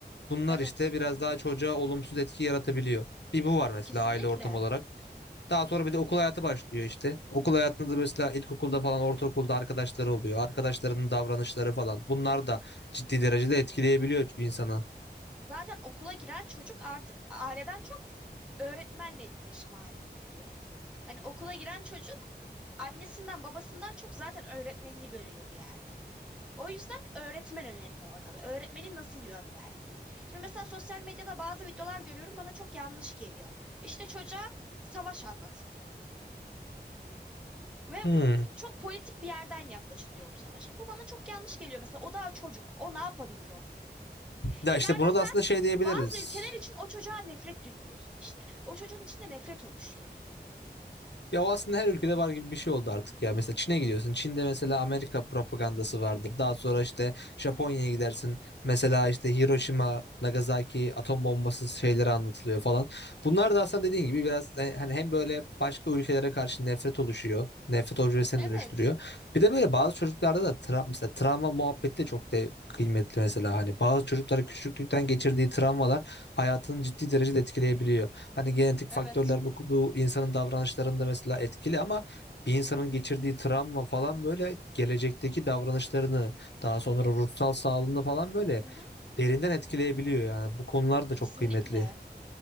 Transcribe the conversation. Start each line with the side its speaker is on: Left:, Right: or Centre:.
Left: bunlar
Centre: Evet.
Left: işte biraz daha çocuğa olumsuz etki yaratabiliyor. Bir bu var mesela
Centre: Kesinlikle.
Left: aile ortamı olarak. Daha sonra bir de okul hayatı başlıyor işte. Okul hayatında da mesela ilkokulda falan ortaokulda arkadaşları oluyor. Arkadaşlarının davranışları falan. Bunlar da ciddi derecede etkileyebiliyor insanı.
Centre: zaten okula giren çocuk artık aileden çok öğretmenle etkileşim halinde oluyor. Hani okula giren çocuk annesinden babasından çok zaten öğretmenini görüyor bir yerde. O yüzden öğretmen önemli orada da. Öğretmenin nasıl yön verdiği. Şimdi mesela sosyal medyada bazı videolar görüyorum bana çok yanlış geliyor. İşte çocuğa savaş anlatılıyor ve
Left: Hmm.
Centre: çok politik bir yerden yaklaşılıyor bu savaşa. Bu bana çok yanlış geliyor mesela. O daha çocuk. O ne yapabilir onu?
Left: Ya
Centre: İleride
Left: işte buna
Centre: sen
Left: da aslında şey diyebiliriz.
Centre: Bazı ülkeler için o çocuğa nefret yüklüyorsun işte. O çocuğun içinde nefret oluşuyor.
Left: Ya o aslında her ülkede var gibi bir şey oldu artık ya. Mesela Çin'e gidiyorsun. Çin'de mesela Amerika propagandası vardır. Daha sonra işte Japonya'ya gidersin. Mesela işte Hiroşima, Nagasaki atom bombası şeyleri anlatılıyor falan. Bunlar da aslında dediğin gibi biraz e, hani hem böyle başka ülkelere karşı nefret oluşuyor. Nefret objesine
Centre: Evet.
Left: dönüştürüyor. Bir de böyle bazı çocuklarda da tra- mesela travma muhabbeti de çok de kıymetli mesela. Hani bazı çocuklar
Centre: Hı hı.
Left: küçüklükten geçirdiği travmalar hayatını ciddi derecede etkileyebiliyor. Hani genetik
Centre: Evet.
Left: faktörler bu, bu insanın davranışlarında mesela etkili ama bir insanın geçirdiği travma falan böyle gelecekteki davranışlarını daha sonra ruhsal sağlığını falan böyle
Centre: Hı hı.
Left: derinden etkileyebiliyor yani bu konular da
Centre: Kesinlikle.
Left: çok kıymetli.